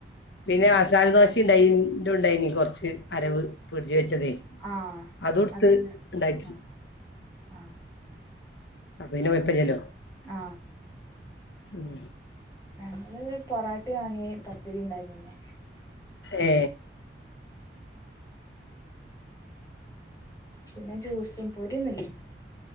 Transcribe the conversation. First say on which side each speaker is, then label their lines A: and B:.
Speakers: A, on the left; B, on the left.
A: പിന്നെ മസാല ദോശ ഇണ്ട ഉണ്ടായിനി കുറച്ച് അരവ് ഫീ ജ വച്ചതേ
B: ആഹ്
A: അതൊടുത്ത്
B: അതുണ്ട്
A: ഉണ്ടാക്കി
B: ആഹ് ആഹ്
A: അപ്പൊ പിന്നെ കൊഴപ്പമില്ലല്ലോ
B: ആ
A: ഉം
B: ഞങ്ങള് പൊറാട്ടി വാങ്ങി ത്തിരി ഉണ്ടായിന്ന്
A: ഏ
B: പിന്നെ ജ്യൂസും പൊരി ഒന്നുല്ല